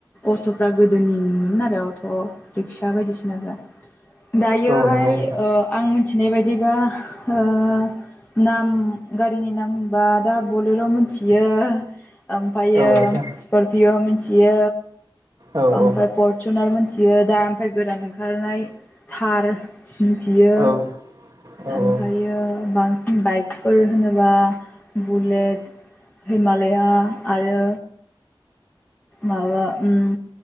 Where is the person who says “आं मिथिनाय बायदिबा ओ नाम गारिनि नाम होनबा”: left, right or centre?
Left